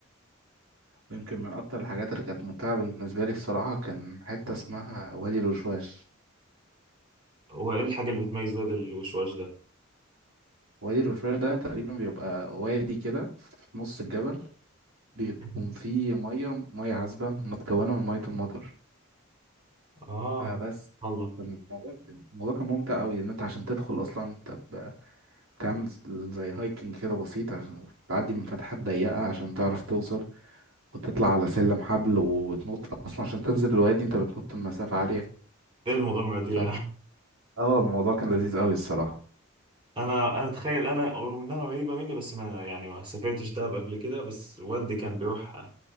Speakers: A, on the right (about 80°); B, on the right (about 25°).
A: ويمكن من اكتر الحاجات اللي كانت ممتعه بالنسبه لي الصراحه كان حته اسمها وادي الوشواش
B: هو ايه الحاجة اللي بتميز واد الوشواش ده
A: وادي الوشواش ده تقريبا بيبقى وادي كده في نص الجبل بيكون
B: <laughs>
A: فيه مية مية عذبة متكونة من مية المطر
B: اه
A: آه بس
B: الله
A: الموضوع الموضوع كان ممتع أوي إن أنت عشان تدخل أصلا أنت ب- بتعمل ز- زي هايكنج كده بسيط عشان تعدي من فتحات ضيقة عشان تعرف توصل وتطلع على سلم حبل وتنط أصلا عشان تنزل الوادي أنت بتنط من مسافة عالية
B: ايه المغامرة دي
A: ف...
B: يا عم
A: اه الموضوع كان لذيذ أوي الصراحة
B: انا انا اتخيل انا رغم انها قريبه مني بس ما يعني ما سافرتش دهب قبل كده بس والدي كان بيروح